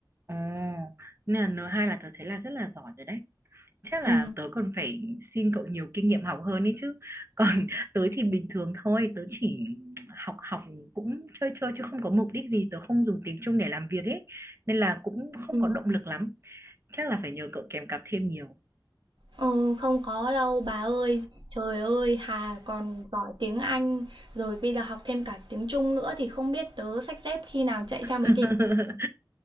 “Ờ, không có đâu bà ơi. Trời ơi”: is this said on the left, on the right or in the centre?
Right